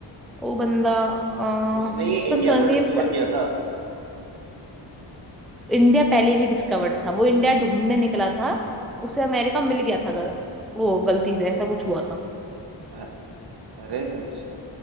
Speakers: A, in the centre; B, on the right.
A: वो बंदा आ,
B: उसने ही
A: उसका
B: इंडिया
A: सरनेम
B: को डिस्कवर
A: क्या
B: किया था
A: इंडिया पहले ही डिस्कवर्ड था वो इंडिया ढूंढने निकला था उसे अमेरिका मिल गया था गल, वो गलती से ऐसा कुछ हुआ था
B: अ- अरे अच्छा